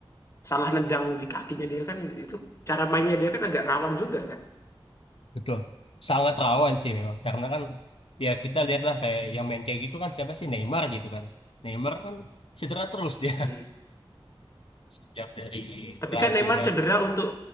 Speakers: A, on the left; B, on the left.
A: salah nendang di kakinya dia kan itu cara mainnya dia kan agak rawan juga kan.
B: Betul. Sangat rawan sih memang karena kan ya kita lihatlah kayak yang main kayak gitu kan siapa sih Neymar gitu kan. Neymar kan cedera terus dia
A: Mhm.
B: <laughs> sejak dari
A: Tapi
B: Brazil
A: kan Neymar
B: yang
A: cedera untuk